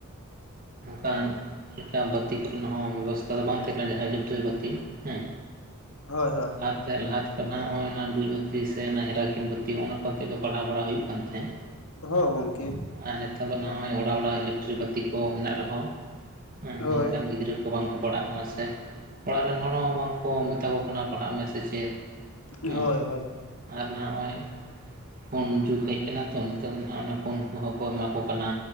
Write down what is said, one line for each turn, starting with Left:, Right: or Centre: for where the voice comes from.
Right: ᱵᱟᱝ <unintelligible> ᱞᱮᱠᱟ ᱵᱟᱹᱛᱤ ᱠᱚᱨᱮᱱᱟᱜ ᱦᱚᱸ ᱵᱮᱵᱚᱥᱛᱷᱟ ᱫᱚ ᱵᱟᱝ ᱛᱟᱦᱮᱸ ᱠᱟᱱᱟ ᱡᱟᱦᱟᱸ ᱤᱞᱮᱠᱴᱨᱤᱠ ᱵᱟᱹᱛᱤ ᱦᱮᱸ
Left: ᱦᱳᱭ ᱦᱳᱭ
Right: ᱞᱟᱦᱟᱛᱮ ᱞᱟᱦᱟᱛᱮᱫᱚ ᱱᱦᱭ <unintelligible> ᱚᱱᱟ ᱰᱩᱡ ᱵᱟᱹᱛᱤ ᱥᱮ ᱦᱮᱨᱟᱠᱤᱱ ᱵᱟᱹᱛᱤ ᱱᱚᱣᱟ ᱠᱚ ᱟᱛᱮᱜ ᱜᱮ ᱯᱟᱲᱦᱟᱣ ᱵᱟᱲᱟ ᱦᱩᱭᱩᱜ ᱠᱟᱱ ᱛᱟᱦᱮᱸᱫ
Left: ᱦᱳᱭ ᱜᱚᱢᱠᱮ
Right: ᱟᱨ ᱱᱮᱛᱟᱨ ᱫᱚ ᱱᱚᱜᱼᱚᱭ ᱚᱲᱟᱜ ᱚᱲᱟᱜ ᱤᱞᱮᱠᱴᱨᱤᱠ ᱵᱟᱹᱛᱤ ᱠᱚ ᱢᱮᱱᱟᱜ ᱨᱮᱦᱚᱸ ᱦᱮᱸ
Left: ᱦᱳᱭ
Right: ᱢᱮᱱᱠᱷᱟᱱ ᱜᱤᱫᱽᱨᱟᱹ ᱠᱚ ᱵᱟᱝᱠᱚ ᱯᱟᱲᱦᱟᱜ ᱠᱟᱱᱟ ᱥᱮ ᱚᱲᱟᱜ ᱨᱮᱱ ᱦᱚᱲ ᱦᱚᱸ ᱵᱟᱝᱠᱚ ᱢᱮᱛᱟ ᱠᱚ ᱠᱟᱱᱟ ᱯᱟᱲᱦᱟᱜ ᱢᱮ᱾ ᱥᱮ ᱪᱮᱫ?
Left: ᱦᱳᱭ
Right: ᱦᱮᱸ
Left: ᱦᱳᱭ
Right: ᱟᱨ ᱱᱚᱜᱼᱚᱭ ᱯᱷᱳᱱ ᱡᱩᱜᱽ ᱦᱮᱡ ᱠᱟᱱᱟ ᱛᱚ ᱱᱮᱛᱟᱨ ᱫᱚ ᱱᱟᱦᱟᱜ ᱚᱱᱟ ᱯᱷᱳᱱ ᱠᱚᱦᱚᱸ ᱠᱚ ᱮᱢᱟ ᱠᱚ ᱠᱟᱱᱟ